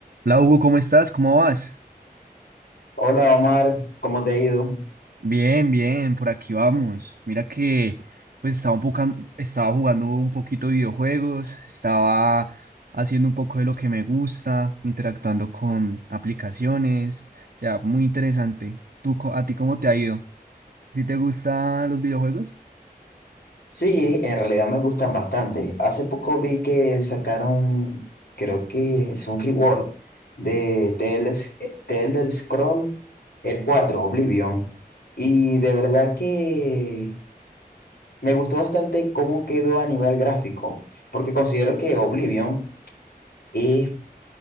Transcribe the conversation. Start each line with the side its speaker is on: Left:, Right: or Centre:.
Right: Hola Hugo, ¿cómo estás? ¿Cómo vas?
Left: Hola Omar, ¿cómo te ha ido?
Right: Bien, bien, por aquí vamos. Mira que pues estaba un poco, estaba jugando un poquito de videojuegos, estaba haciendo un poco de lo que me gusta, interactuando con aplicaciones, o sea, muy interesante. ¿Tú, co- a ti cómo te ha ido? ¿Sí te gustan los videojuegos?
Left: Sí, en realidad me gustan bastante. Hace poco vi que sacaron, creo que es un reward de The Elder, eh, The Elder Scroll, el 4, Oblivion. Y de verdad que me gustó bastante cómo quedó a nivel gráfico, porque considero que Oblivion eh,